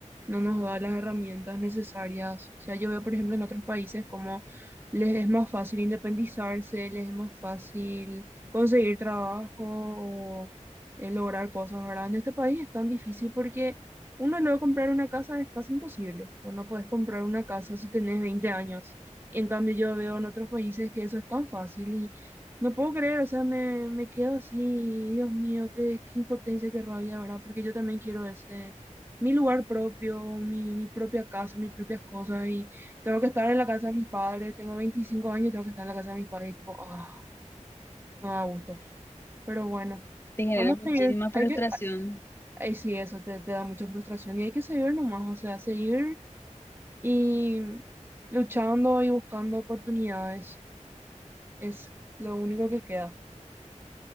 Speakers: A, on the right (about 20°); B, on the left (about 20°).
A: no nos da las herramientas necesarias, o sea, yo veo por ejemplo en otros países como les es más fácil independizarse, les es más fácil conseguir trabajo o eh, lograr cosas, ¿verdad? En este país es tan difícil porque uno luego comprar una casa es casi imposible, o no podés comprar una casa si tenés 20 años. En cambio, yo veo en otros países que eso es tan fácil no puedo creer, o sea, me, me quedo así, Dios mío, qué, qué impotencia, qué rabia, ¿verdad? Porque yo también quiero ese, mi lugar propio, mi, mi propia casa, mis propias cosas, y tengo que estar en la casa de mis padres, tengo 25 años, tengo que estar en la casa de mis padres, y tipo, ah, no da gusto. Pero bueno,
B: Te genera
A: vamos
B: muchísima
A: a seguir,
B: frustración
A: hay que, ay, sí, eso te, te da mucha frustración, y hay que seguir nomás, o sea, seguir y luchando y buscando oportunidades, es lo único que queda.